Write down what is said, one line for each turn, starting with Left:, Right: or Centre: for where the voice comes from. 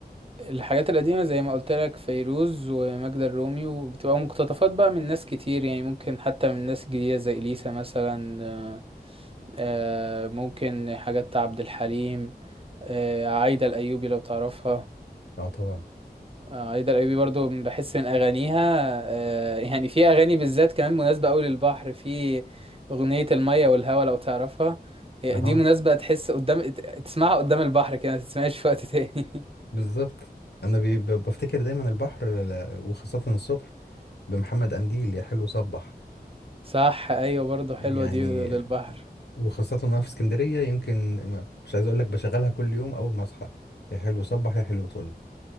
Right: الحاجات القديمة زي ما قلت لك فيروز وماجدة الرومي وبتبقى مقتطفات بقى من ناس كتير يعني ممكن حتى من ناس جديدة زي إليسا مثلا آه، آه، ممكن حاجات عبد الحليم آه، عايدة الأيوبي لو تعرفها
Left: اه طبعا
Right: آه، عايدة الأيوبي برضو بحس من أغانيها آه، يعني في أغاني بالذات كمان مناسبة أوي للبحر في أغنية المية والهوا لو تعرفها هي
Left: اها
Right: دي مناسبة تحس قدام تسمعها قدام البحر كده ما تسمعهاش في وقت تاني <laughs>
Left: بالظبط انا بي- ب- بفتكر دايما البحر ل- وخاصة الصبح بمحمد قنديل يا حلو صبح
Right: صح ايوه برضو حلوه
Left: يعني
Right: دي للبحر
Left: وخاصة وانا في اسكندرية يمكن ما- مش عايز اقول لك بشغلها كل يوم اول ما اصحى يا حلو صبح يا حلو طل